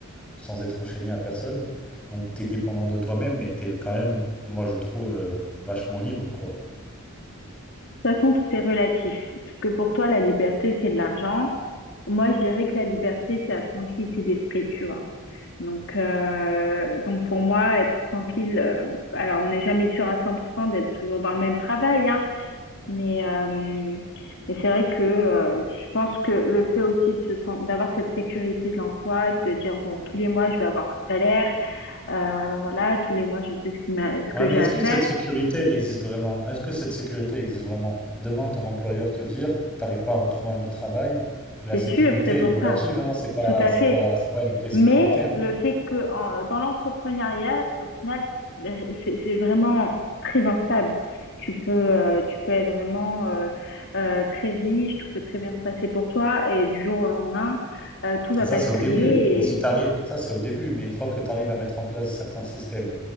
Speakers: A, in the centre; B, on the left.
A: sans être enchaîné à personne. Donc, tu es dépendant de toi-même, mais tu es quand même, moi, je trouve, euh, vachement libre, quoi.
B: De toute façon, tout est relatif. Parce que pour toi, la liberté, c'est de l'argent. Moi, je dirais que la liberté, c'est la tranquillité d'esprit, tu vois. Donc, euh, donc pour moi, être tranquille, euh, alors on n'est jamais sûr à 100% d'être toujours dans le même travail, hein, Mais, euh, mais c'est vrai que euh, je pense que le fait aussi de se sen- d'avoir cette sécurité de l'emploi, de te dire, bon, tous les mois, je vais avoir un salaire, euh, voilà, tous les mois, je sais ce qui m'a- ce
A: Ouais,
B: que
A: mais
B: j'ai
A: est-ce
B: à
A: que
B: faire,
A: cette sécurité, elle existe vraiment? Est-ce que cette sécurité existe vraiment? Demain, ton employeur te vire, t'arrives pas à retrouver un autre travail. La
B: c'est
A: sécurité,
B: sûr, c'est pour
A: elle est relative,
B: ça,
A: hein. C'est pas,
B: tout à
A: c'est
B: fait.
A: pas, c'est pas une vraie sécurité,
B: Mais
A: hein.
B: le fait que en- dans l'entrepreneuriat, au final, ben, c'est c'est vraiment très instable. Tu peux, euh, tu peux être vraiment euh, euh, très riche, tout peut très bien se passer pour toi, et du jour au lendemain, euh, tout va
A: Et Ça,
B: basculer
A: c'est au début. Mais si t'arrives, ça, c'est au début. Mais une fois que t'arrives à mettre en place certains systèmes,